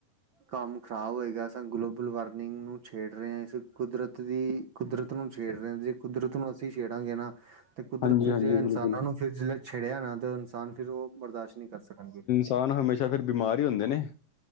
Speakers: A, on the right; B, on the left.
A: ਕੰਮ ਖ਼ਰਾਬ ਹੋਏਗਾ। ਅਸਾਂ ਗਲੋਬਲ ਵਾਰਮਿੰਗ ਨੂੰ ਛੇੜ ਰਏ ਆਂ, ਏਸ ਕੁਦਰਤ ਦੀ ਕੁਦਰਤ ਨੂੰ ਛੇੜ ਰਏ ਆਂ। ਕੁਦਰਤ ਨੂੰ ਅਸੀਂ ਸੇ਼ੜਾਂਗੇ ਨਾ, ਤੇ ਕੁਦਰਤ
B: ਹਾਂਜੀ ਹਾਂਜੀ
A: ਜੇ ਇਨਸਾਨਾਂ
B: ਬਿਲਕੁਲ
A: ਨੂੰ ਫੇਰ ਜੇ ਛੇੜੇਆ ਨਾ ਤੋ ਇਨਸਾਨ ਫੇਰ ਓ, ਬਰਦਾਸ਼ ਨੀ ਕਰ ਸਕਣਗੇ।
B: ਤਾਂ ਨ ਹਮੇਸ਼ਾ ਫੇਰ, ਬਿਮਾਰ ਈ ਹੂੰਦੇ ਨੇ।